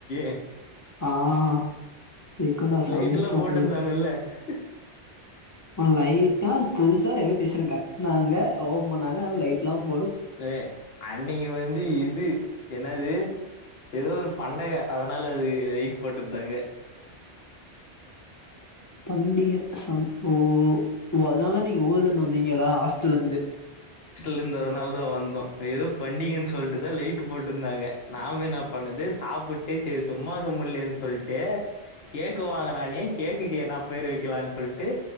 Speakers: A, on the left; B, on the left.
A: <unintelligible>
B: ஆஹ் கேக்டா சாமி
A: லைட் எல்லா போட்டுருந்தாங்கல்ல
B: உங்களுக்கு
A: <inaudible>
B: லைட்டா புதுசா எதும் டிசைன் நாங்க ஓன் பண்ணாஙலைட் ளம்
A: அஹ அன்னைக்கு வந்து இது என்னது ஏதோ ஒரு பண்டக அதனால அது லைட் போட்டுவிடங்க
B: பண்டிகை சன் ஓ அதனால தான நீ ஊர்ல இருந்து வந்த நீங்க எல்லாம் ஹாஸ்டல்ல இருந்து
A: இருந்தன அது தான் வந்தோம் ஏதோ பண்டிகைன்னு சொல்ட்டுதான் லைட் போட்டுருந்தாங்க நாம என்ன பண்ணுது சாப்புட்டு செரி சும்மாக்கு முடியலனு சொல்லிட்டு கேக்கு வாங்கனானே கேக்குக்கு என்ன பேர் வைக்கலான்னு சொல்லிட்டு